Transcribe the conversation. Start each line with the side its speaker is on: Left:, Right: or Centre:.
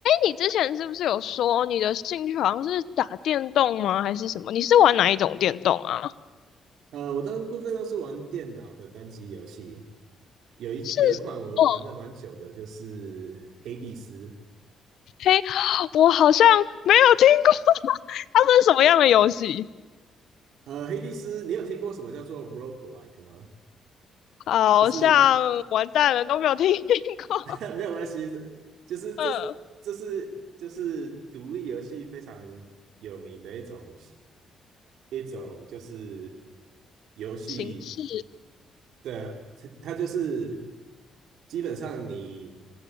Left: 你之前是不是有说你的兴趣好像是打电动吗？还是什么？你是玩哪一种电动啊？
Right: 呃，我大部分都是玩电脑的单机游戏，有一有一款我玩的蛮久的，
Left: 是哦，
Right: 就是《黑帝斯》。
Left: 嘿，我好像没有听过，<laughs> 它是什么样的游戏？
Right: 呃，《黑帝斯》，你有听过什么叫做 roguelike 吗？
Left: 好像完蛋了，
Right: 就是
Left: 都没有听过。
Right: <laughs> 没有关系，就是这
Left: <laughs> 嗯，
Right: 这是就是独立游戏非常有名的一种一种就是游戏
Left: 形式
Right: 的，它就是基本上你